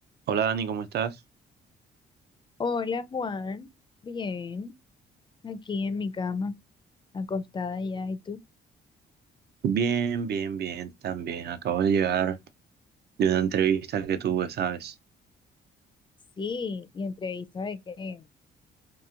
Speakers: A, on the right; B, on the left.
A: Hola Dani, ¿cómo estás?
B: Hola Juan, bien, aquí en mi cama, acostada ya, ¿y tú?
A: Bien, bien, bien, también. Acabo de llegar de una entrevista que tuve, ¿sabes?
B: Sí, y entrevista de qué.